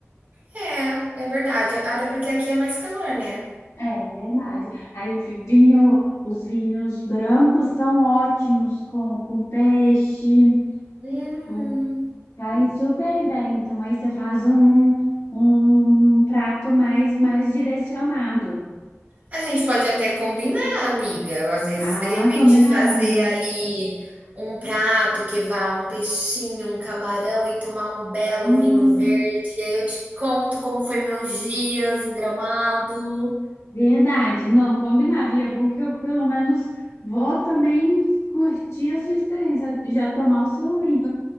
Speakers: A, on the right (about 35°); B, on the left (about 75°).
A: É, é verdade. Até porque aqui é mais calor, né?
B: É verdade. Aí fi- vinho, os vinhos brancos são ótimos com, com peixe,
A: Hum.
B: com, caem super bem. Então aí você faz um, um prato mais, mais direcionado.
A: A gente pode até combinar, amiga. Às vezes,
B: Ah,
A: de repente,
B: combinado.
A: fazer ali um prato que vá um peixinho, um camarão e tomar um belo
B: Hum,
A: vinho verde. E aí eu te conto como foi meus dias em Gramado.
B: verdade. Não, combinado. E é bom que eu pelo menos vou também curtir a sua experiência, já tomar o seu vinho.